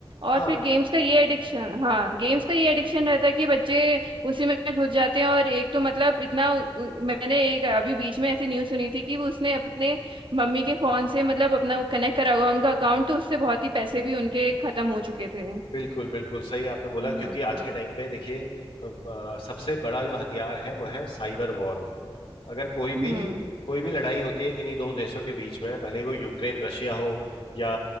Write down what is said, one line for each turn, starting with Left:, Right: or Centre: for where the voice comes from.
Right: और
Left: हाँ
Right: फिर गेम्स का ये एडिक्शन हाँ गेम्स का ये एडिक्शन रहता है कि बच्चे उसी में घुस जाते हैं और एक तो मतलब इतना उ- उ- मैंने एक अभी बीच में ऐसी न्यूज़ सुनी थी कि वो उसने अपने मम्मी के फोन से मतलब अपना वो कनेक्ट करा हुआ उनका अकाउंट तो उससे बहुत ही पैसे भी उनके खत्म हो चुके थे
Left: बिल्कुल बिल्कुल सही आपने बोला
Right: हाँ
Left: क्योंकि आज
Right: हाँ
Left: के टाइम पे देखिए अ, सबसे बड़ा जो हथियार है वो है साइबर वॉर अगर कोई
Right: हम्म
Left: भी कोई भी लड़ाई होती है किन्हीं दो देशों के बीच में भले ही वो यूक्रेन रशिया हो या